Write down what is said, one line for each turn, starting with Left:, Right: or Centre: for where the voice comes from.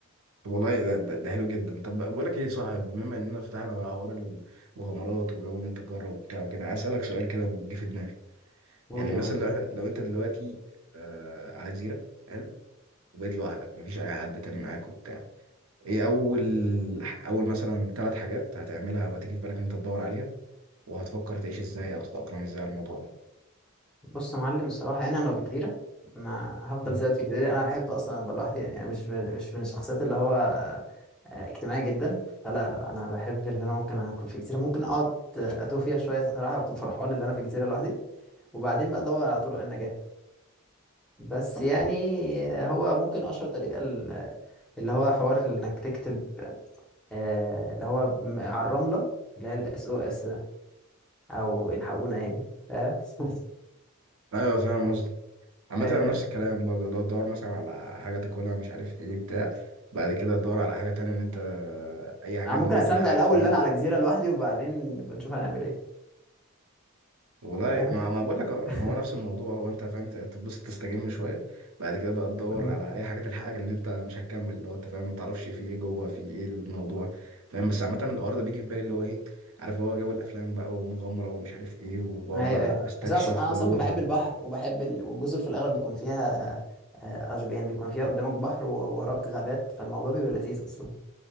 Right: طب والله ده, ده, ده حلو جدا طب بقول لك ايه يا صاحب بما اننا فتحنا بقى حوار المغامرات وجو ان انت تجرب وبتاع وكده عايز اسالك سؤال كده جه في دماغي
Centre: قول
Right: يعني
Centre: يا
Right: مثلا
Centre: معلم
Right: لو, إحنا- لو انت دلوقتي آه على جزيره حلو وبقيت لوحدك مفيش اي حد تاني معاك وبتاع ايه اول اول مثلا ثلاث حاجات هتعملها وهتيجي في بالك ان انت تدور عليها وهتفكر تعيش ازاي او تتاقلم ازاي على الموضوع ده
Centre: بص يا معلم الصراحة يعني انا لو في جزيرة انا هفضل
Right: مم.
Centre: ثابت في الجزيرة انا احب اصلا ابقى لوحدي يعني أنا مش من مش من الشخصيات اللي هو آه، اجتماعي جدا فلا لا انا بحب ان انا ممكن اكون في جزيرة ممكن اقعد آه، اتوه فيها شوية صراحة واكون فرحان ان انا في جزيرة لوحدي وبعدين بقى ادور على طرق النجاة بس يعني هو ممكن اشهر طريقه ال- اللي هو حوار انك تكتب آه، اللي هو م- على الرمله اللي هي الاس او اس ده او الحقونا يعني فاهم <laughs>
Right: ايوه فاهم قصدك عامة
Centre: آه،
Right: انا نفس الكلام برضه اللي هو تدور مثلا على حاجة تاكلها مش عارف ايه بتاع بعد كده تدور على حاجة تانية ان انت اي حاجة
Centre: انا ممكن
Right: ان هي
Centre: استمتع
Right: تلحقك
Centre: الاول
Right: فاهم
Centre: اللي انا على جزيره لوحدي وبعدين بنشوف هنعمل ايه
Right: والله
Centre: فاهم
Right: ما ما بقول لك أهو،
Centre: <laughs>
Right: ما هو نفس الموضوع هو انت فاهم ت- تبص تستجم شوية بعد كده بقى تدور
Centre: مم.
Right: على اي حاجة تلحقك اللي انت مش هتكمل اللي هو انت فاهم ما تعرفش في ايه جوه في ايه الموضوع فاهم بس عامة الحوار ده بيجي في بالي اللي هو ايه عارف اللي هو جو الافلام بقى ومغامرة ومش عارف ايه وبقعد
Centre: ايوه
Right: بقى
Centre: ايوه
Right: استكشف
Centre: بس انا اصلا انا
Right: واروح
Centre: اصلا بحب البحر وبحب ال... والجزر في الاغلب بيكون فيها آه، أشج- يعني بيكون فيها قدامك بحر ووراك غابات فالموضوع بيبقى لذيذ اصلا